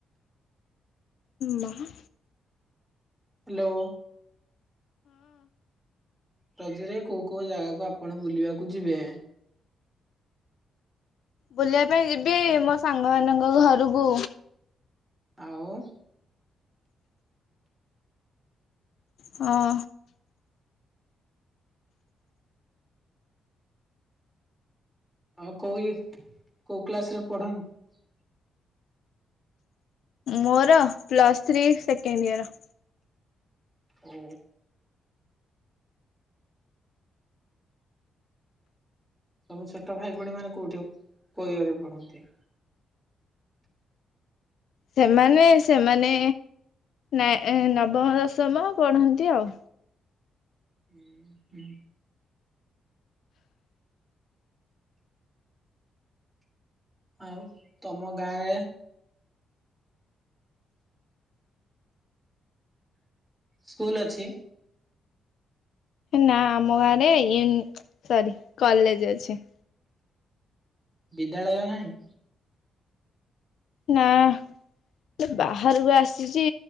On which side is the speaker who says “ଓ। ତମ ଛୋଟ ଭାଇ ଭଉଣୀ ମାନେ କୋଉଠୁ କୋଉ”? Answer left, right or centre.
Centre